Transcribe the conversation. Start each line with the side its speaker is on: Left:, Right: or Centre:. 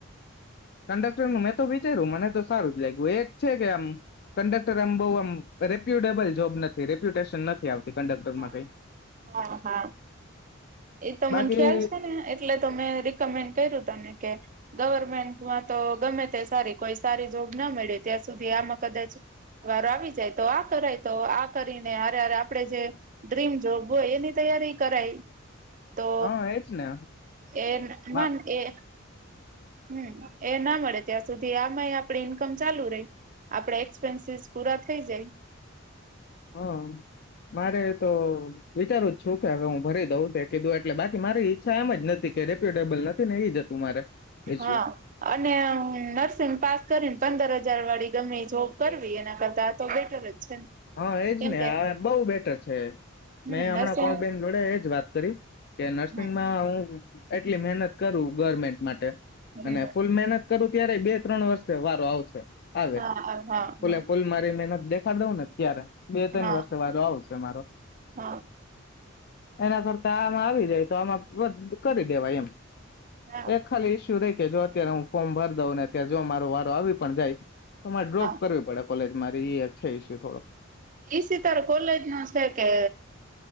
Left: કંડક્ટરનું મેં તો વિચાર્યું મને તો સારું જ લાગ્યું. એક છે કે આમ કંડક્ટર આમ બહુ આમ રેપ્યુટેબલ જોબ નથી રેપ્યુટેશન નથ થી આવતી કંડક્ટરમાં
Right: હા
Left: કંઇ
Right: હા હા એતો
Left: બાકી
Right: મને ખ્યાલ છે ને એટલે તો મેં રિકમેન્ડ કર્યું તને કે ગવર્મેન્ટમાં તો ગમે તે સારી કોઈ સારી જોબ ના મળે ત્યાં સુધી આમાં કદાચ વારો આવી જાય તો આ કરાય તો આ કરીને હારે હારે આપણે જે ડ્રીમ જોબ હોય એની તૈયારી કરાય. તો
Left: હા એજ ને
Right: એ
Left: હા
Right: મન એ હમ્મ, એ ના મળે ત્યાં સુધી આમાંય આપડે ઈન્કમ ચાલુ રયે. આપડા એક્સપેન્સીસ પૂરા થઈ જાય.
Left: હા. મારે તો વિચારવુ શું કે હવે હું ભરી દઉં તે કીધું એટલે. બાકી મારી ઈચ્છા એમ જ નથી કે રેપ્યુટેબલ નથી ને એઈ હતું મારે ઇસ્યુ
Right: હા અને નર્સિંગ પાસ કરીને પંદર હજ જાર વાળી ગમે જો કરવી એના કરતા તો બેટર જ છે ને
Left: હા એજ
Right: કેમ
Left: ને
Right: કે
Left: આ બઉ બેટર છે. મેં
Right: હમ
Left: હમણાં
Right: નર્સિંગ
Left: કોલ બેેન જોડે એજ વાત કરી કે નર્સિંગમાં
Right: હમ
Left: હું એટલી મહેનત કરું ગવર્મેન્ટ માટે
Right: હમ
Left: અને ફૂલ મહેનત કરું ત્યારે બે ત્રણ વર્ષે વારો આવશે આવે
Right: હા હા હા
Left: ફૂલે ફૂલ મારી મેનત દેખાડ દઉને ત્યારે, બે ત્રણ
Right: હા
Left: વર્ષ વાળો આવશે મારો
Right: હા.
Left: એના કરતા આમાં આવી જાય તો આમાં <unintelligible> કરી દેવાય એમ
Right: હા
Left: એ ખાલી ઈસુ રે કે જો અત્યારે હું ફોર્મ ભર દઉં ને અત્યારે જો મારો વારો આવી પણ જાય તો મારે ડ્રોપ
Right: હા
Left: કરવી પડે. કોલેજ મારી એછે ઈસુ થોડક
Right: ઈ સિતારો કોલેજ મા છે કે